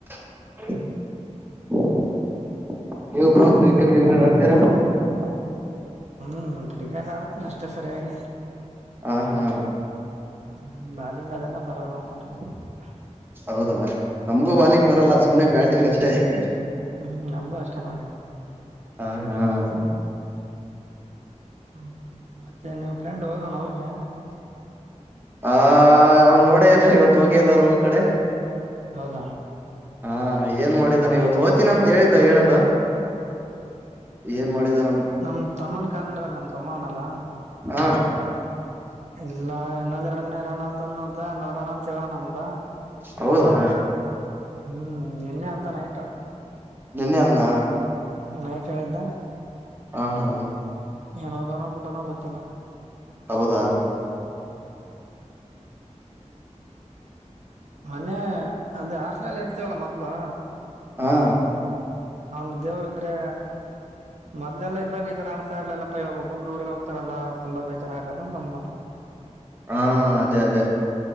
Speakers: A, on the right (about 15°); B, on the right (about 70°).
A: <unintelligible> <inaudible> ನೀವ ಬರು ಕ್ರಿಕೆಟ್ ಕ್ರಿಕೆಟ್ ಆಡ್ತೀರಾ? <unintelligible>
B: ಹೂ ಕ್ರಿಕೆಟ್ ಆಡತನ ಅಷ್ಟೇ ಸರಿಯಾಗಿ, <unintelligible>
A: ಹಾ ಹಾ <unintelligible>
B: ಹು ಬಾಲಿಂಗ ಅದ ಎಲ್ಲಾ ಬರಲ್ಲ ನಮಗೆ <unintelligible>
A: ಹೌದಾ ನಮ್ಗೂ ಬಾಲಿಂಗ್ ಬರಲ್ಲ ಸುಮನೆ ಬ್ಯಾಟಿಂಗ್ ಅಷ್ಟೇ? <unintelligible>
B: ಹ ನಮಗ ಅಷ್ಟೇ ನೋಡ್ರಿ. <unintelligible>
A: ಹಾ ಹಾ <unintelligible>
B: ಹ್ಮ್ ಮತ್ತೆ ನಿಮ್ ಫ್ರೆಂಡ್ ಹೋಗೋಣ ಊರಿಗೆ
A: ಹ ಅವನ್ ನೋಡಲ್ಲ ಇವತ್ತು ಹೋಗಿ ಎಲ್ಲ ರೂಮ್ ಕಡೆ
B: ಹೌದ
A: ಹಾ ಏನ್ ಮಾಡಿದಾನ ಇವತ್ತು ಓದ್ತೀನ ಅಂತ ಹೇಳಿದ್ದ ಹೇಳದ
B: ಹ್ಮ್ ಏನ
A: ಏನ್ ಮಾಡಿದಾನ
B: ನಮ ತಮ್ಮನ್ ಕಾರ್ ಮಾಡ್ದಲ್ಲ ನಮ ತಮ್ಮ ಅವನಲ್ಲ
A: ಹ
B: ಇಲ್ಲಾ ಇನ್ನೊಂದ್ ಎರಡು ದಿನ ಇರೋಣ ಅಂತಂದ ಅಂತ ನೋಡೋಣ ಅಂತ ಹೇಳೋಣ ಅ್ದ ಒಬ್ಬ
A: ಹೌದಾ
B: ಹ್ಮ್ ನಿನ್ನೆ ಅಂತಾನಯತು
A: ನಿನ್ನೆ ಅನ್ನ
B: ಹ್ಮಮ್ಯಾಚ್ ಆಡಿದ್ದ
A: ಹಾ ಹಾ
B: ಏನದನೋ ಬಿಟ್ಟನೋ ಗೊತ್ತಿಲ್ಲ
A: ಹೌದಾ
B: ಹಾ ಮೊನ್ನೆ ಅದೇ ಹಾಟ್ಲಲಿ ಇರ್ತೀವಲ್ಲ ಮೊದ್ಲು
A: ಹಾ
B: ಹಂಗ ದೇವ ಇದ್ರೆ ಮೊಲೆಲ್ಲ ಇದ್ದಾಗ ಈ ತರ ಅನ್ಸತ ಇರ್ಲಿಲ್ಲಪ್ಪ ಇವಾಗ ಒಬ್ಬೊಬ್ರು ಊ್ರರಿಗೆ ಹೋಗ್ತಾರಲ್ಲ ತುಂಬ ಬೇಜಾರ ಆಕತಂತಂದ್ನಾ
A: ಹಾ ಅದೇ ಅದೇ